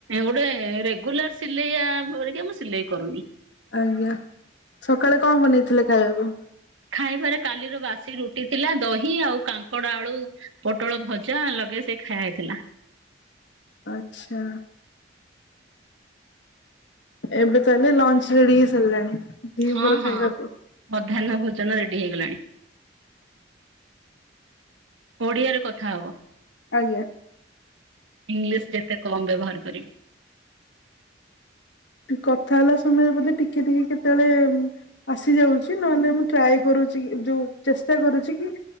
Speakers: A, on the right (about 85°); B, on the left (about 70°).
A: ଗୋଟେ ରେଗୁଲାର। ସିଲେଇଆ ପରିକା ମୁଁ ସିଲେଇ କରୁନି।
B: ଆଜ୍ଞା, ସକାଳେ କଣ ବନେଇଥିଲେ ଖାଇବାକୁ।
A: ଖାଇବାରେ କାଲିର ବାସି ରୁଟି ଥିଲା ଦହି ଆଉ କା କାଙ୍କଡ ଆଳୁ ପୋଟଳ ଭଜା ଲଗେଇ ସେ ଖାଇଆ ହେଇଥିଲା।
B: ଆଛା। ଏବେ ତାହେଲେ ଲଞ୍ଚ ରେଡି ହେଇ ସାରିଲାଣି। ଦିପହର
A: ହଁ ହଁ
B: ଖାଇବା ପାଇଁ।
A: ମଧ୍ୟାହ୍ନ ଭୋଜନ ରେଡି ହେଇଗଲାଣି। ଓଡିଆରେ କଥା ହବ।
B: ଆଜ୍ଞା।
A: ଇଂଲିଶ ଯେତେ କମ ବ୍ୟବହାର କରିବ।
B: କଥା ହେଲା ସମୟରେ ବୋଧେ ଟିକେ ଟିକେ କେତେବେଳେ ଆସି ଯାଉଛି, ନହେଲେ ମୁଁ ଟ୍ରାଏ କରୁଛି। ଚି ଯୋଉ ଚେଷ୍ଟା କରୁଛି କି